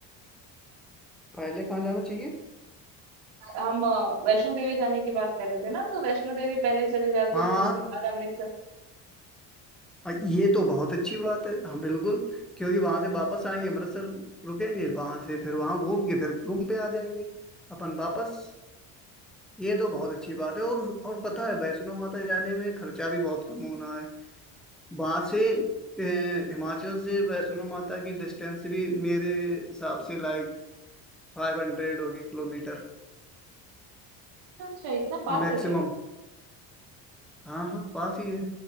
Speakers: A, in the centre; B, on the right (about 70°).
A: पहले कहाँ जाना चाहिए
B: हम अ, वैष्णो देवी जाने की बात कर रहे थे ना तो वैष्णो देवी पहले चले जाते
A: हाँ
B: फिर उसके बाद अमृतसर
A: और ये तो बहुत अच्छी बात है हाँ बिल्कुल क्योंकि वहां से वापस आएंगे अमृतसर रुकेंगे वहां से फिर वहां घूम के फिर रूम पे आ जाएंगे अपन वापस ये तो बहुत अच्छी बात है और और पता है वैष्णो माता जाने में खर्चा भी बहुत कम होना है वहां से ए, हिमाचल से वैष्णो माता की डिस्टेंस भी मेरे हिसाब से लाइक फाइव हंड्रेड होगी किलोमीटर
B: अच्छा अच्छा इतना पास
A: मैक्सिमम
B: है
A: हाँ हाँ पास ही है